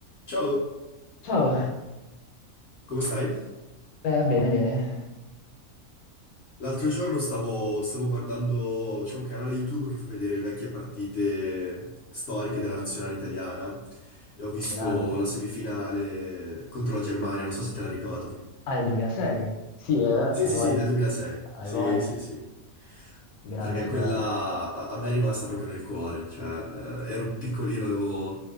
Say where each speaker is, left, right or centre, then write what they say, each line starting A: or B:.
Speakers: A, on the left; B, on the left.
A: Ciao,
B: Ciao,
A: come stai?
B: Eh, bene, bene.
A: L'altro giorno stavo, stavo guardando, c'è un canale YouTube che fa vedere vecchie partite storiche della nazionale italiana e ho
B: Ah,
A: visto
B: Grande.
A: la semifinale contro la Germania, non so se te la ricordi.
B: Ah, è il 2006? Sì, eh, hai
A: Sì, sì,
B: voglia,
A: sì, del 2006.
B: hai
A: Sì,
B: voglia.
A: sì, sì.
B: Grandi
A: Perché
B: ricordi.
A: quella a, a me è rimasta proprio nel cuore, cioè eh, ero piccolino, avevo,